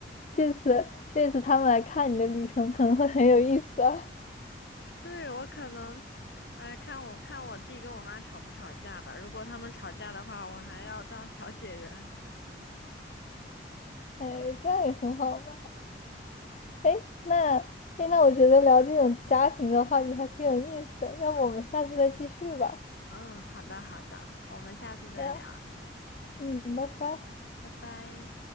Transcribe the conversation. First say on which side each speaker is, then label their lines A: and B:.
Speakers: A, on the left (about 40°); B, on the left (about 60°).
A: 这次这次他们来看你的旅程可能会很有意思啊。
B: 对，我可能，哎，看我看我弟跟我妈吵不吵架吧。如果他们吵架的话，我还要当调解员。
A: 哎，这样也很好嘛。哎，那哎那我觉得聊这种家庭的话题还挺有意思的，要不我们下次再继续吧？
B: 嗯，好的好的，我们下次再聊，
A: 对呀，嗯，拜拜。
B: 拜拜。